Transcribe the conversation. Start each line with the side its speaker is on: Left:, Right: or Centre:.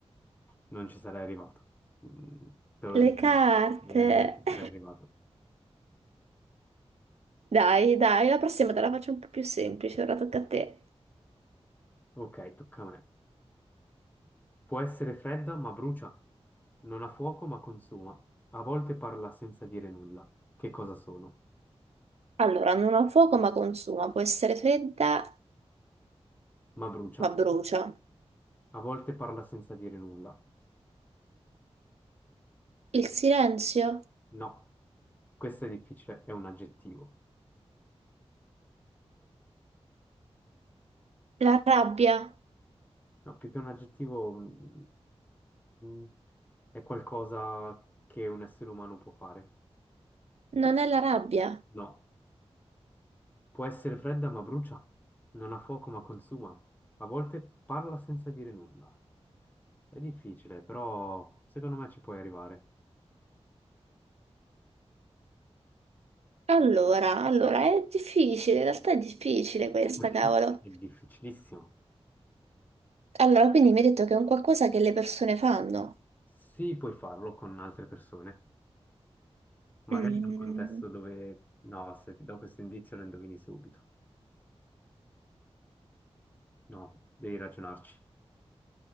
Left: non ci sarei arrivato. Mm, te lo
Right: le
Left: dico,
Right: carte.
Left: eh, non ci sarei
Right: <laughs>
Left: arrivato.
Right: Dai, dai, la prossima te la faccio un po' più semplice, ora tocca a te.
Left: Ok, tocca a me. Può essere fredda ma brucia, non ha fuoco ma consuma, a volte parla senza dire nulla. Che cosa sono?
Right: Allora, non ha fuoco ma consuma, può essere fredda
Left: Ma brucia,
Right: ma brucia.
Left: a volte parla senza dire nulla.
Right: Il silenzio?
Left: No, questo è difficile, è un aggettivo.
Right: La rabbia?
Left: No, più che un aggettivo, mm, mm, è qualcosa che un essere umano può fare.
Right: Non è la rabbia.
Left: No. Può essere fredda ma brucia, non ha fuoco ma consuma, a volte parla senza dire nulla. È difficile, però secondo me ci puoi arrivare.
Right: Allora, allora, è difficile, in realtà è difficile questa,
Left: <laughs> Questa
Right: cavolo.
Left: è difficilissimo.
Right: Allora, quindi mi hai detto che è un qualcosa che le persone fanno.
Left: Sì, puoi farlo con altre persone, magari
Right: Mm,
Left: in un contesto dove... No, se ti do questo indizio lo indovini subito. No, devi ragionarci.